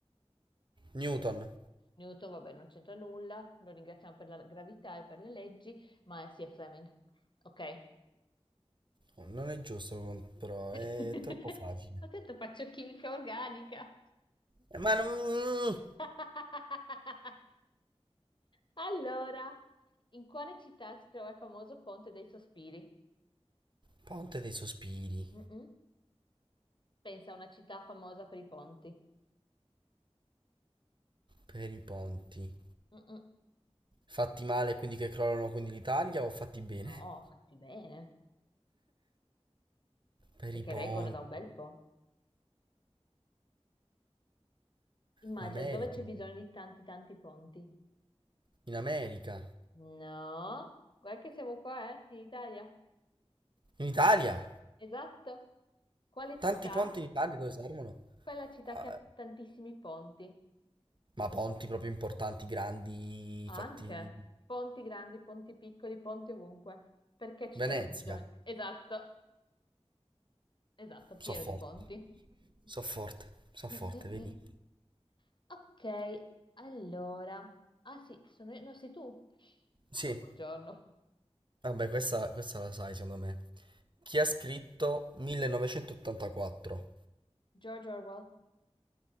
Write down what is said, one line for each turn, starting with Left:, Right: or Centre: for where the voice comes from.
Right: Newton.
Left: Newton, vabbè, non c'entra nulla. Lo ringraziamo per la gravità e per le leggi, ma eh, sì, è Fleming. Ok.
Right: Oh, non è giusto, però
Left: <laughs>
Right: è troppo facile.
Left: Ho detto faccio chimica organica.
Right: Eh, Ma non... mm,
Left: <laughs> Allora, in quale città si trova il famoso Ponte dei Sospiri?
Right: Ponte dei sospiri.
Left: Mm-mm. Pensa a una città famosa per i ponti.
Right: Per i ponti.
Left: Mm-mm.
Right: Fatti male quindi che crollano quindi l'Italia o fatti bene?
Left: No, fatti bene,
Right: Per
Left: perché
Right: i ponti.
Left: reggono da un bel po'. Immagina
Right: L'America.
Left: dove c'è bisogno di tanti tanti ponti.
Right: In America.
Left: No, guarda che siamo qua, eh, in Italia.
Right: In Italia.
Left: Esatto. Quale
Right: Tanti
Left: città?
Right: ponti in Italia dove servono?
Left: Quella città
Right: Ah,
Left: che ha tantissimi ponti.
Right: ma ponti proprio importanti, grandi,
Left: Anche
Right: fatti...
Left: ponti grandi, ponti piccoli, ponti ovunque. Perché ci
Right: Venezia.
Left: sarebbe bisogno? Esatto, esatto,
Right: So
Left: pieno
Right: forte.
Left: di ponti.
Right: So forte. So
Left: Mm,
Right: forte,
Left: mm,
Right: vedi?
Left: mm. Ok, allora. Ah sì, sono io- no, sei tu.
Right: Sì.
Left: Buongiorno.
Right: Vabbè, questa, questa la sai, secondo me. Chi ha scritto 1984?
Left: George Orwell.